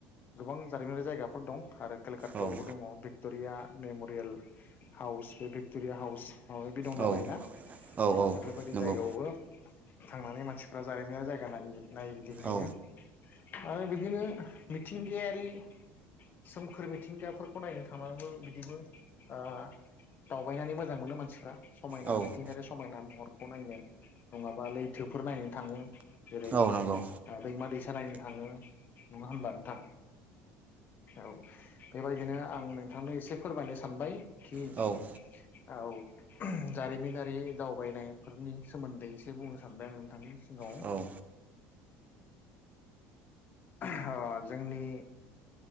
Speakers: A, on the left (about 40°); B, on the right (about 30°).
A: गोबां जारिमिनारि जायगाफोर दं आरो केलकातटायावबो
B: औ
A: दङ बे थुरिया मेमरियेल हाउस बे भिक्टरिया हाउस माबादि दंलाबायोना
B: औ औ
A: बेफोरबायदि
B: नंगौ
A: जायगायावबो थांनानै मानसिफ्रा जारिमिनारि जायगा नाय नायगिदिंहैयो
B: औ
A: आरो बिदिनो मिथिंगायारि सोमखोर मिथिंगाफोरखौ नायनो थांबाबो बि दिबो ओ दावबायनानै मोजां मोनो मानसिफ्रा समायना
B: औ
A: मिथिंगायारि समायना महरखौ नायनो नंङाबा लैथोफोर नायनो थांङो जेरै
B: औ नंगौ
A: दैमा दैसा नायो थांङो नंङा होनबा नोंथां औ बेबायदिनो आं नोंथांनो एसे फोरमायनो सानबाय खिं
B: औ
A: औ जारिमिनारि दावबायनायफोरनि सोमोन्दै एसे बुंनो सानदों आं नोंथांनि सिगाङाव
B: औ
A: अ जोंनि